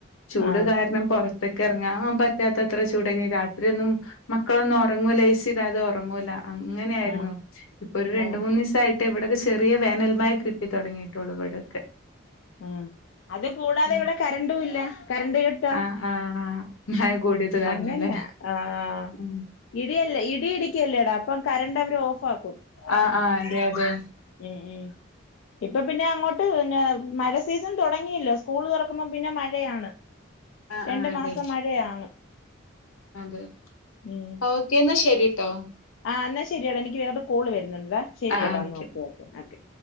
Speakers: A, on the left; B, on the left.
A: ചൂട്
B: ആഹ്
A: കാരണം പൊറ ത്ത്ക്കെർങ്ങാൻ പറ്റാത്തത്ര ചൂടേനി രാത്രിയൊന്നും മക്കളൊന്നും ഒറങ്ങൂല എ സിടാതെ ഒറങ്ങൂല അങ്ങനെ ആയിര്ന്നു
B: ആഹ്
A: ഇപ്പൊ ഒരു രണ്ട്
B: ആഹ്
A: മൂന്നീസായിട്ട് ഇവിടെക്കെ ചെറിയ വേനൽമയ കിട്ടി തൊടങ്ങി ട്ടൊള്ളു വടെക്കെ
B: ഉം അത് കൂടാതെ
A: ഉം.
B: ഇവിടെ കരണ്ടും ഇല്ല കരണ്ട് ക ട്ടാ
A: ആ ആ മഴ കൂടിയത് കാരണല്ലേ
B: അങ്ങന്യാ ആ ആ
A: ഉം
B: ഇടിയല്ലേ ഇടി ഇടിക്കല്ലേടാ അപ്പം കരണ്ടവര് ഓഫാക്കും
A: ആഹ് ആഹ് അതെ അതെ
B: ഉം ഉം ഇപ്പൊ പിന്നെ അങ്ങോട്ട് പിന്നേ മഴ സീസൺ തൊടങ്ങിയല്ലോ സ്കൂള് തൊറക്കുമ്പോ പിന്നെ മഴയാണ്
A: ആ
B: രണ്ട്
A: ആ അതെ
B: മാസം മഴയാണ്
A: അതെ
B: ഉം
A: ഓക്കെ എന്നാ ശെരിട്ടോ
B: ആ ന്നാ ശെരിയെടാ എനിക്ക് വേറൊരു കോള് വെരുന്നുണ്ടെടാ ശെരിയെടാ
A: ആ ആ ഓക്കെ
B: ന്നാ ഓക്കേ ഓക്കേ ഓക്കെ